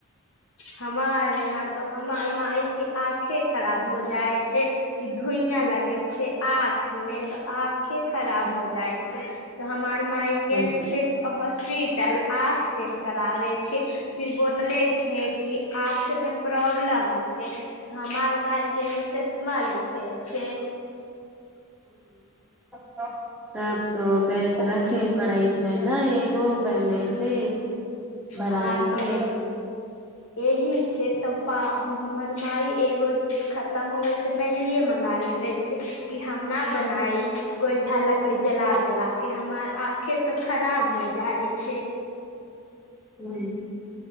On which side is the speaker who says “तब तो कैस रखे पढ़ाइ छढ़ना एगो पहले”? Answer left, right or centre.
Centre